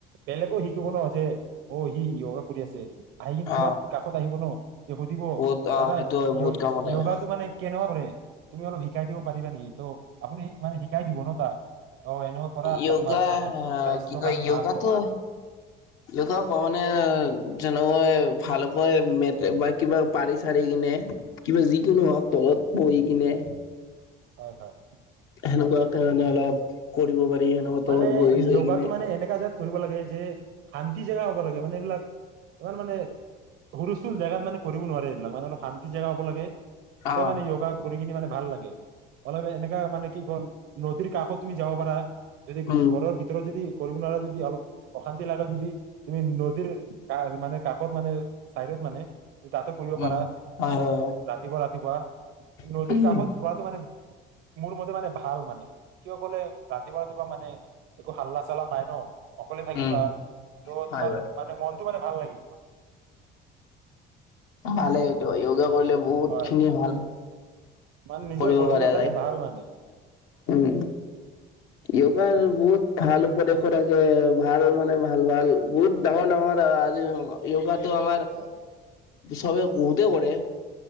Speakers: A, on the right (about 85°); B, on the left (about 80°).
A: বেলেগও শিকিব ন' যে অ' সি য়োগা কৰি আছে। আহি কিনে
B: অ
A: তোমাৰ কাষত আহিব ন'। তে সুধিব,
B: বহুত
A: দাদা
B: অ সেইটো হয় বহুত
A: য়ো
B: কামত
A: য়োগাটো
B: আহে
A: মানে ক কেনেকুৱা কৰে? তুমি অলপ শিকাই দিব পাৰিবা নেকি? ত' আপুনি মানে শিকাই দিব ন তাক। অ এনেকুৱা কৰা
B: য়োগা,
A: তোমাৰ মানে স্বাস্থ্যৰ
B: কি কয়
A: কাৰণে
B: য়োগাটো,
A: ভাল হয়
B: য়োগা কমন মে যেনেকৈ ভালকৈ ম বা কিবা পাৰি চাৰি কিনে কিবা যিকোনো হওঁক, তলত পৰি দিনে
A: হয় হয়
B: সেনেকুৱাকে মানে অলপ কৰিব পাৰি খান মত
A: মানে
B: চেই
A: য়োগাটো
B: কিনে
A: মানে এনেকা জাত কৰিব লাগে যে শান্তি জেগা হ'ব লাগে মানে এইবিলাক ইমান মানে হৰুস্থুল জেগাত মানে কৰিব নোৱাৰে এইবিলাক মানে অলপ শান্তি জেগা হ'ব লাগে তেতিয়া
B: অ
A: মানে যয়োগা কৰি কিনি মানে ভাল লাগে উ অলপ এনেককা মানে কি কল নদীৰ কাষত তুমি যাব পাৰা যদি
B: উম
A: ঘৰৰ ভিতৰত যদি কৰিব ন যদি অলপ অশান্তি লাগে যদি তুমি নদীৰ ক মানে কাষত মানে চাইডত মানে ত তাতো কৰিব
B: উম
A: পাৰা
B: হয় হয়
A: ৰাতিপুৱা ৰাতিপুৱা নদীৰ
B: হয়
A: কাষত কৰাতটো মানে মোৰ মতে মানে ভাল মানে কিয় ক'লে ৰাতিপুৱা এইবা মানে একো হাল্লা চাল্লা নাই ন অকলে থাকিবা
B: উম
A: ত'
B: হয়
A: তোমাৰ
B: হয়
A: মানে মন মনটো মানে ভাল লাগিব মানে
B: ভালেটো য়গা কৰিলে বহুত
A: হয়
B: খিনি ভাল
A: মানে নিজৰ
B: কৰিব
A: শৰীৰৰ
B: পাৰে
A: কাৰণে
B: যায়
A: ভাল মানে
B: উম য়গাৰ বহুত ভাল উপদেশত আছেভাল মানে ভাল ভাল বহুত ডাঙৰ ডাঙৰ আজি য়্গাত ত আমাৰ
A: হয়।
B: চবেই গোউতে কৰে